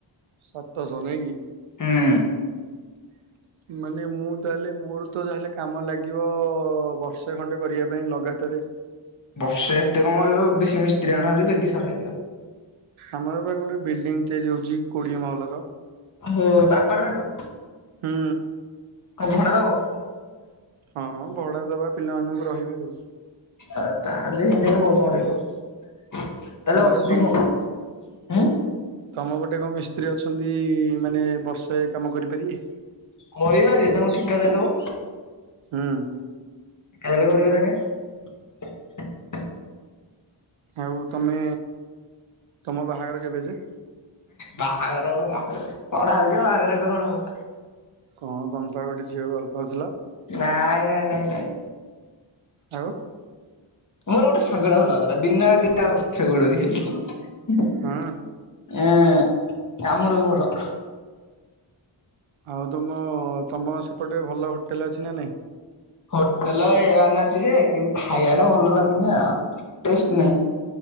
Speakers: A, on the right; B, on the left.
A: ସାତଶହ ନାହିଁ କି!
B: ହୁଁ
A: <inaudible> ମାନେ ମୁଁ ତାହେଲେ ମୋର ତ ଯାହାହେଲେ କାମ ଲାଗିବ ବର୍ଷେ ଖଣ୍ଡେ କରିବା ପାଇଁ ଲଗାତାର
B: ବର୍ଷେ ଏତେ କଣ କରିବ ବେଶୀ ମିସ୍ତ୍ରୀ ଆଣହେରି ବେଗି ସରିବ।
A: ଆମର ବା ଗୋଟେ ବିଲ୍ଡିଂ ତିଆରି ହଉଛି କୋଡିଏ ମହଲ
B: ହଁ, ଆପାର୍ଟମେଣ୍ଟ?
A: ହୁଁ
B: କଣ ଭଡା ଦବ?
A: ହଁ, ଭଡା ଦବା ପିଲାମାନଙ୍କୁ ରହିବେ ଆଉ।
B: ଆ ତା ହେଲେ <unintelligible> ବହୁତ ସମୟ ଲାଗିବ। ତାହେଲେ
A: ହଁ ବା
B: ଅଧିକ
A: ଏ ତମକୁ
B: ଉଁ
A: ତମ ପଟେ କଣ ମିସ୍ତ୍ରୀ ଅଛନ୍ତି ମାନେ ବର୍ଷେ କାମ କରିପାରିବେ?
B: କହିପାରିବେ ତାଙ୍କୁ ଠିକା ଦେଇଦବ।
A: ହୁଁ
B: ତାହେଲେ କରିବେ ତାଙ୍କେ।
A: ଆଉ ତମେ, ତୁମ ବାହାଘର କେବେ ଯେ?
B: ବାହାଘର ହବ ବାହାଘର ପଢା ହଉଛି ବାହାଘର ଏବେ କଣ ହବ।
A: କଣ ତମେପା ଗୋଟେ ଝିଅକୁ ଭଲ ପାଉଥିଲ?
B: ନାଇଁ ନାଇଁ ନାଇଁ ନାଇଁ।
A: ଆଉ
B: ମୋର ଗୋଟେ ସାଙ୍ଗଟା ଭଲ ଲାଗୁଥିଲା ଦିନରେ <unintelligible> ଖାଲି।
A: ହଁ
B: ହଁ, ଆମ ରୁମର।
A: ଆଉ ତମ, ତମ ସେପଟେ ଭଲ ହୋଟେଲ ଅଛି ନା ନାଇଁ?
B: ହୋଟେଲ ଏ ୱାନ ଅଛି ଯେ, କିନ୍ତୁ ଖାଇବା ଟା ଭଲ ଲାଗୁନି ଆଉ ଟେଷ୍ଟ ନାଇଁ।